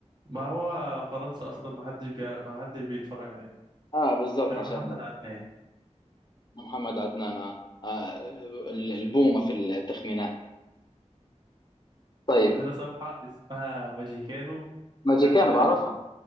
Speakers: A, on the right; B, on the left.
A: ما هو فرنسا أصلا محدش بيعرف محدش بيتفرج عليه
B: اه بالضبط
A: غير
B: عشان
A: محمد عدنان
B: محمد عدنان آه. آه، البومة في التخمينات طيب
A: عندنا صفحة اسمها ماجيكانو
B: ماجيكان
A: بتاعت الأهلي
B: بعرفها